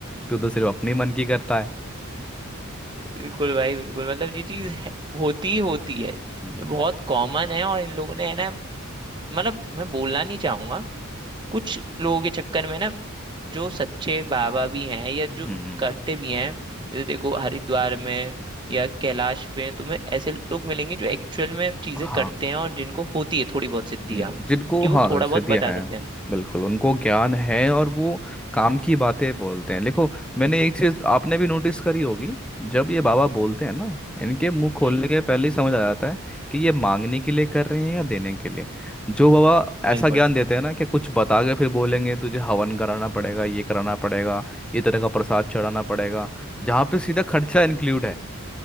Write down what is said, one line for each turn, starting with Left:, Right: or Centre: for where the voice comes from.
Centre: तू तो सिर्फ अपने मन की करता है
Right: बिल्कुल भाई बिल्कुल मतलब ये चीज है, होती ही होती है ये
Centre: हम्म
Right: बहुत कॉमन है और इन लोगों ने है ना मतलब मैं बोलना नहीं चाहूंगा कुछ लोगों के चक्कर में ना जो सच्चे बाबा भी हैं या जो
Centre: हम्म,
Right: करते भी हैं जैसे देखो हरिद्वार में या कैलाश पे तुम्हें ऐसे लोग मिलेंगे जो एक्चुअल में चीजें
Centre: हाँ
Right: करते हैं और जिनको होती है थोड़ी बहुत सिद्धियाँ
Centre: हम्म, जिनको
Right: कि वो
Centre: हाँ
Right: थोड़ा बहुत
Centre: सिद्धियाँ
Right: बता
Centre: हैं
Right: सकते हैं
Centre: बिल्कुल उनको ज्ञान है और वो काम की बातें बोलते हैं देखो मैंने एक चीज आपने भी नोटिस करी होगी जब ये बाबा बोलते हैं ना इनके मुंह खोलने
Right: हम्म
Centre: के पहले ही समझ आ जाता है कि ये मांगने के लिए कर रहे हैं या देने के लिए जो बाबा
Right: बिल्कुल
Centre: ऐसा ज्ञान देते हैं ना कि कुछ बता के फिर बोलेंगे तुझे हवन कराना पड़ेगा ये कराना पड़ेगा ये तरह का प्रसाद चढ़ाना पड़ेगा जहाँ पे सीधा खर्चा इंक्लूड है